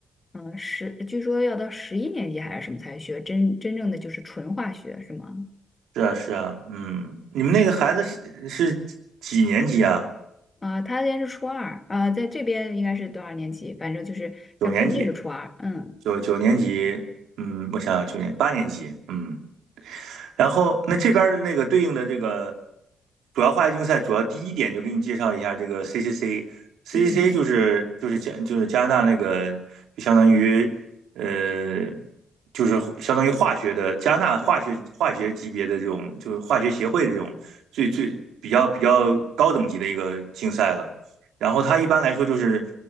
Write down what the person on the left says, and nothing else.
嗯十，据说要到十一年级还是什么才学真真正的就是纯化学，是吗？
啊、他现在是初二，啊、在这边应该是多少年级？反正就是在国内是初二，
嗯
嗯，